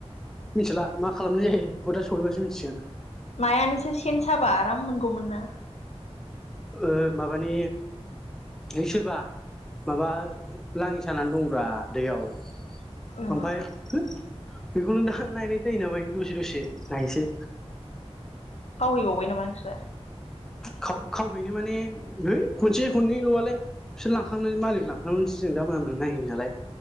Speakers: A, in the centre; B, on the left.
A: मिथिला मा खालामनाय जायो बेखौ दा स'हैबासो मिथिगोन।
B: नायानोसो सेन साबा आराम मोनगौमोन ना।
A: ओ माबानि ओइ सोरबा माबा लाङि सानानै दं ब्रा दैयाव।
B: ओं
A: ओमफाय बेखौनो दा नानाय जायो नामा द'से द'से नायसै
B: मावहैबावबाय नामा नोंसोरा?
A: खाव खावहैनो माने है खनसे खननैल'आलाय बिसोर लांखांनानै मालिक लांखांसो जों दा माने नायो नालाय।